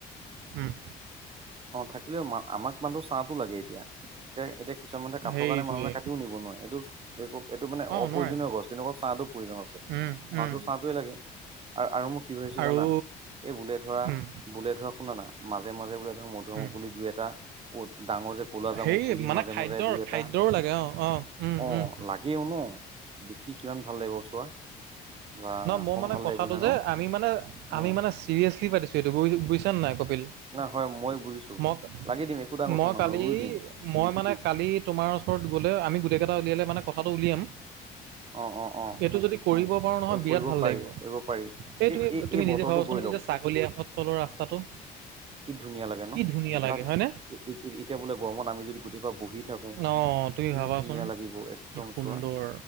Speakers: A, on the right; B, on the right.
A: হম
B: অ থাকিলেও আমাক মানুহ চাহো লাগে এতিয়া এতিয়া এতিয়া কিছুমানে কাঠৰ
A: সেইটোৱে
B: কাৰে মনে মনে কাটিও নিব নোৱাৰে এইটো এইটো মানে
A: অ
B: অপ্ৰয়োজনীয়
A: নোৱাৰে
B: গছ কিন্তু অকল ছাঁটোো প্ৰয়োজন আছে
A: উম
B: আমাকতো
A: উম
B: ছাঁটোৱে লাগে আৰু আৰু মই কি ভাবিছো
A: আৰু
B: জানা এই বোলে ধৰা
A: উম
B: বোলে ধৰক শুনা না মাজে মাজে বোলে ধৰক মধুম
A: উম
B: পুলি দুই এটা উ ডাঙৰ যে কলা জামু
A: সেই
B: পুলি
A: মানে
B: মাজে
A: খাদ্যৰ
B: মাজে দুই এটা
A: খাদ্যৰো লাগে অ অ উম
B: অ
A: উম
B: লাগেও ন দেখি কিমান ভাল লাগিব চোৱা বা
A: নহ মোৰ
B: কম
A: মানে
B: ভাল
A: কথাটো
B: লাগিব নে
A: যে
B: ন
A: আমি মানে
B: উম
A: আমি মানে চিৰিয়াচলি পাইছো সেইটো ব বুজছ নাই কপিল
B: নাই হয় মই বুজিছো
A: মই
B: লাগি দিম একো ডাঙৰ কথা
A: মই
B: নহয়
A: কালি
B: ৰুই দিম
A: মই মানে কালি তোমাৰ ওচৰত গলে আমি গোটেই কেইটা উলিয়ালে মানে ক পথথাটো উলিয়াম
B: অ অ অ
A: টো যদি কৰিব পাৰো নহয় বিৰাট
B: কৰিব
A: ভাল
B: পাৰি
A: লাগিব
B: কৰিব পাৰি
A: এই তুমি তুমি
B: বতৰটো
A: নিজে ভাবাচোন
B: গৈ লওক
A: কলিয়াসত তলৰ ৰাস্তাটো
B: কি ধুনীয়া লাগে
A: কি
B: ন
A: ধুনীয়া লাগে
B: তাত
A: হয়নে
B: এতিয়া বোলে গৰমত আমি যদি গোটেইব বহি থাকো
A: অ তুমি ভাবাচোন
B: ই ধুনীয়া লাগিব একদম
A: কি সুন্দৰ
B: চোৱা